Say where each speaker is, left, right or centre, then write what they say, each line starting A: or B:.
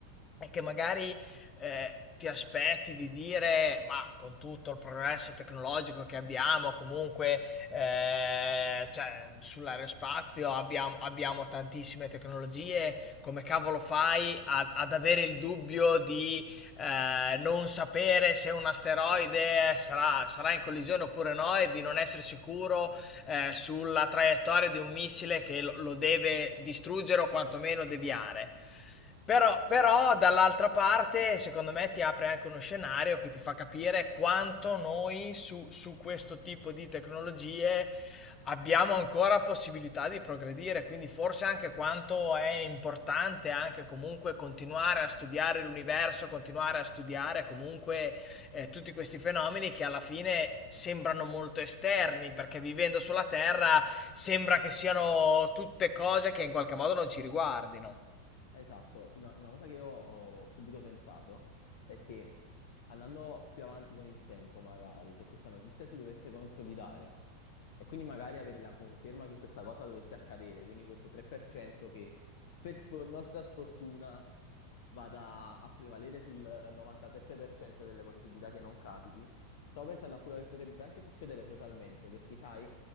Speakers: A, on the left (about 25°); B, on the left (about 50°).
A: e che magari eh, ti aspetti di dire, ma con tutto il progresso tecnologico che abbiamo, comunque eh, cioè, sull'aerospazio abbiamo, abbiamo tantissime tecnologie, come cavolo fai a- ad avere il dubbio di eh, non sapere se un asteroide sarà, sarà in collisione oppure no e di non essere sicuro eh, sulla traiettoria di un missile che lo, lo deve distruggere o quantomeno deviare. Però, però dall'altra parte, secondo me, ti apre anche uno scenario che ti fa capire quanto noi su, su questo tipo di tecnologie abbiamo ancora possibilità di progredire, quindi forse anche quanto è importante anche comunque continuare a studiare l'universo, continuare a studiare comunque eh, tutti questi fenomeni che alla fine sembrano molto esterni, perché vivendo sulla Terra sembra che siano tutte cose che in qualche modo non ci riguardino.
B: Esatto, una, una cosa che io ho subito pensato è che andando più avanti con il tempo, magari, se questa notizia si dovesse consolidare e quindi magari avere la conferma che questa cosa dovesse accadere, quindi questo 3% che per sfor- nostra sfortuna vada a prevalere sul 97% delle possibilità che non capiti, stavo pensando a quello che potrebbe anche succedere socialmente, perché sai